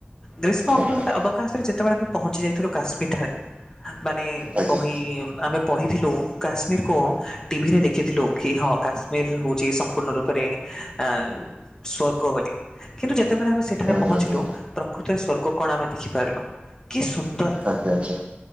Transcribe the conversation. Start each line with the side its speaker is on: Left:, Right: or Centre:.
Left: ଗ୍ରୀଷ୍ମ ଅବ
Right: ଏକଦମ
Left: - ଅପ ଅବକାଶରେ ଯେତେବେଳେ ଆମେ ପହଞ୍ଚି ଯାଇଥିଲୁ କାଶ୍ମୀରଠାରେ ମାନେ
Right: ଆଜ୍ଞା।
Left: ବହି ଆମେ ପଢିଥିଲୁ କାଶ୍ମୀରକୁ ଟିଭିରେ ଦେଖିଥିଲୁ କି ହଁ କାଶ୍ମୀର ହେଉଛି ସମ୍ପୂର୍ଣ୍ଣ ରୂପରେ ଆଁ ସ୍ଵର୍ଗବୋଲି। କିନ୍ତୁ ଯେତେବେଳେ ଆମେ ସେଠାରେ
Right: ହୁଁ
Left: ପହଞ୍ଚିଲୁ
Right: ହୁଁ ହୁଁ
Left: ପ୍ରକୃତିରେ ସ୍ଵର୍ଗ କଣ ଆମେ ଦେଖିପାରିଲୁ। କି ସୁନ୍ଦର।
Right: ଆଜ୍ଞା, ଆଜ୍ଞା।